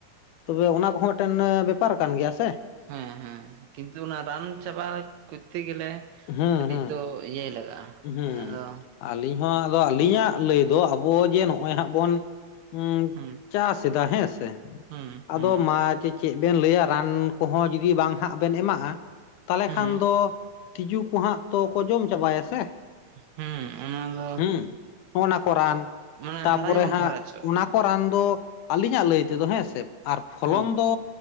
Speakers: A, on the left (about 85°); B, on the right (about 75°).
A: ᱛᱚᱵᱮ ᱚᱱᱟ ᱠᱚᱦᱚᱸ ᱢᱤᱫᱴᱮᱱ ᱵᱮᱯᱟᱨ ᱠᱟᱱ ᱜᱮᱭᱟ ᱥᱮ
B: ᱦᱮᱸ ᱦᱮᱸ ᱠᱤᱱᱛᱩ ᱚᱱᱟ ᱨᱟᱱ ᱪᱟᱵᱟ ᱠᱚᱡᱽᱛᱮ ᱜᱮᱞᱮ
A: ᱦᱩᱸ
B: ᱠᱟᱹᱴᱤᱡ
A: ᱦᱩᱸ
B: ᱫᱚ ᱤᱭᱟᱹᱭ ᱞᱟᱜᱟᱜ-ᱟ
A: ᱦᱩᱸ
B: ᱟᱫᱚ
A: ᱟᱹᱞᱤᱧ ᱦᱚᱸ ᱟᱫᱚ ᱟᱹᱞᱤᱧᱟᱜ ᱞᱟᱹᱭ ᱫᱚ ᱟᱵᱚ ᱡᱮ ᱱᱚᱜᱼᱚᱭ ᱦᱟᱸᱜ ᱵᱚᱱ ᱩᱸ
B: ᱦᱩᱸ
A: ᱪᱟᱥ ᱮᱫᱟ ᱦᱮᱸ ᱥᱮ
B: ᱦᱩᱸ
A: ᱟᱫᱚ
B: ᱦᱩᱸ
A: ᱢᱟᱪᱮ ᱪᱮᱜ ᱵᱮᱱ ᱞᱟᱹᱭᱟ ᱨᱟᱱ ᱠᱚᱦᱚᱸ ᱡᱩᱫᱤ ᱵᱟᱝ ᱦᱟᱸᱜ ᱵᱮᱱ ᱮᱢᱟᱜ-ᱟ ᱛᱟᱦᱚᱞᱮ
B: ᱦᱩᱸ
A: ᱠᱷᱟᱱ ᱫᱚ ᱛᱤᱡᱩ ᱠᱚᱦᱟᱸᱜ ᱛᱚ ᱠᱚ ᱡᱚᱢ ᱪᱟᱵᱟᱭᱟ ᱥᱮ
B: ᱦᱩᱸ ᱚᱱᱟ ᱫᱚ
A: ᱦᱩᱸ ᱦᱚᱸᱜᱚᱱᱟ ᱠᱷᱟᱱ
B: ᱢᱟᱱᱮ
A: ᱛᱟᱯᱚᱨᱮ
B: ᱦᱟᱨᱟ ᱡᱮᱢᱚᱱ
A: ᱦᱟᱸᱜ
B: ᱠᱚ ᱦᱟᱨᱟ ᱦᱚᱪᱚᱜ
A: ᱚᱱᱟᱛ ᱠᱚ ᱨᱟᱱ ᱫᱚ ᱟᱹᱞᱤᱧᱟᱜ ᱞᱟᱹᱭ ᱛᱮᱫᱚ ᱦᱮᱸ ᱥᱮ ᱟᱨ ᱯᱷᱚᱞᱚᱱ
B: ᱦᱩᱸ
A: ᱫᱚ